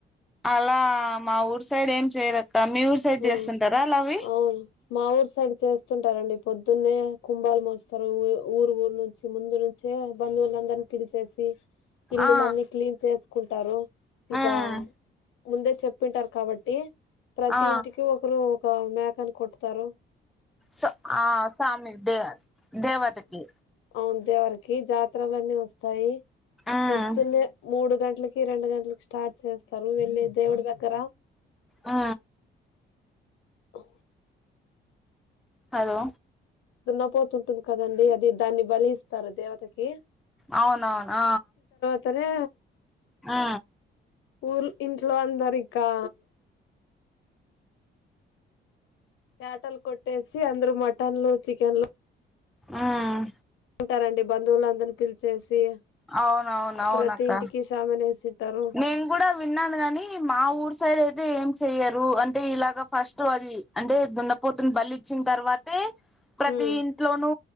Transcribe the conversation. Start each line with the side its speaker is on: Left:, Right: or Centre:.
Centre: అలా మా ఊర్ సైడ్ ఏం చేయరు ఇ మీ ఊరు సైడ్
Left: ఆ
Centre: చేస్తుంటారా అలావి
Left: అవును మా ఊరు సైడ్ చేస్తుంటారండి పొద్దున్నే కుంభాలు మోస్తారుఊ ఊరు ఊరు నుంచి ముందు నుంచే బంధువులందరినీ పిలిచేసి ఇల్లులన్నీ
Centre: ఆ
Left: క్లీన్ చేసుకుంటారు ఇంకా
Centre: ఉమ్
Left: ముందే చెప్పింటారు కాబట్టి
Centre: ఆ
Left: దీంటికి ఒకరు మ్యాకన్ కొట్తారు
Centre: స ఆ సామి దేవ దేవతకి
Left: అవుందిేవరికి జాతలున్నీ వస్తాయి
Centre: ఉమ్
Left: పొద్దున్న మూడు గంట లకి రెండు గంటలకి స్టార్ట్ చేస్తారు వెళ్ళి దేవుడి దగ్గర
Centre: ఆ
Left: అఓ
Centre: హలో
Left: దున్నపోతుంటుంది కదండి అది దాన్ని బలి ఇస్తారు దేవతకి
Centre: అవునవునా
Left: సనే
Centre: ఆ
Left: ఊర్ ఇంట్లో అందరు ఇకా యట్టలు కొట్టేసి అందరు మటన్లు చికెన్లు
Centre: హ్మ్
Left: ఉంటారండి బంధువులందరిని పిలిచేసి
Centre: అవునవును అవునక్క
Left: ప్రతి ఇంటికి సామాను వేసింటారు
Centre: నేను కూడా విన్నాను కాగాని మా ఊరు సైడ్ అయితే అయితే ఏం చెయ్యరు అంటే ఇలాగ ఫస్ట్ అది అంటే దున్నపోతున్న బలి ఇచ్చిన తర్వాతే ప్రతి
Left: హ్మ్
Centre: ఇంట్లోనూ